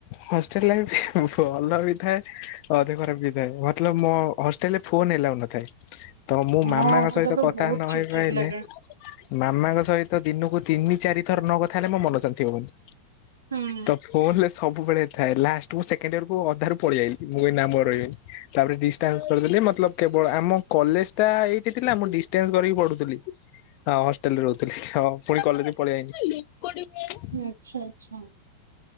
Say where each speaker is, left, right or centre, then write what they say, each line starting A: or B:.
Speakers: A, on the left; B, on the right.
A: ହଷ୍ଟେଲ୍ ରେ ବି ଭଲ ବି ଥାଏ। ଅଧିକ ଖରାପ ହେଇଥାଏ। ମତଲବ ମୋ ହଷ୍ଟେଲ୍ ରେ ଫୋନ ଏଲାଉ ନଥାଏ। ତ ମୁଁ ମାମାଙ୍କ
B: ହଁ ସେଟା
A: ସହିତ
B: ତ
A: କଥା
B: ବହୁତ
A: ନହେଇପାଇଲେ
B: ଚିଡ୍ ଚିଡ୍ ଲାଗେ
A: ମାମାଙ୍କ ସହିତ ଦିନକୁ ତିନି ଚାରି ଥର ନ କଥା ହେଲେ ମୋ ମନ ଶାନ୍ତିିହବନି।
B: ହୁଁ।
A: ତ ଫୋନ ରେ ସବୁବେଳେ ଥାଏ ଲାଷ୍ଟ ମୁଁ ସେକେଣ୍ଡ ୟର କୁ ଅଧାରୁ ପଳେଇ ମୁଁ କହିଲି ଆଉ ରହିବିନି। ତାପରେ ଡିଷ୍ଟାନ୍ସ କରିଦେଲି ମତଲଭ କେବଳ ଆମ କଲେଜ ଟା ଏଇଠି ଥିଲା ମୁଁ ଡିଷ୍ଟାନ୍ସ କରିକି ପଢୁଥିଲି। ହଁ ହଷ୍ଟେଲରେ ରହୁଥିଲି ହୋଉ ପୁଣି କଲେଜକୁ ପଳେଇଆାଇନି।
B: ଆଚ୍ଛା ଆଚ୍ଛା।